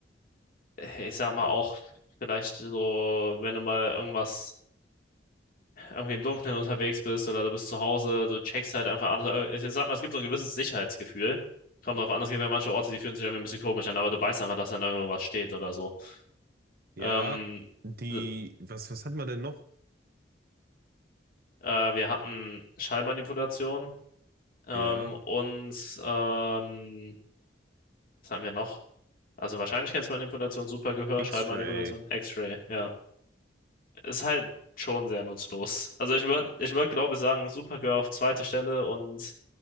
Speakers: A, on the left; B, on the right.
A: ich sag mal auch, vielleicht so, wenn du mal irgendwas irgendwie im Dunkeln unterwegs bist oder du bist zu Hause, du checkst halt einfach alles. Äh, Ich sag mal, es gibt so ein gewisses Sicherheitsgefühl. Kommt drauf an, es gibt ja manche Orte, die fühlen sich irgendwie ein bisschen komisch an, aber du weißt einfach, dass dann irgendwo was steht oder so.
B: Ja,
A: Ähm,
B: die,
A: d-
B: was, was hatten wir denn noch?
A: äh, wir hatten Schallmanipulation ähm,
B: Ja,
A: und ähm, was hatten wir noch? Also Wahrscheinlichkeitsmanipulation, Supergehör,
B: X-Ray.
A: Schallmanipulation, X-Ray, ja. Ist halt schon sehr nutzlos. Also ich würde, ich würde glaube ich, sagen, Supergehör auf zweite Stelle und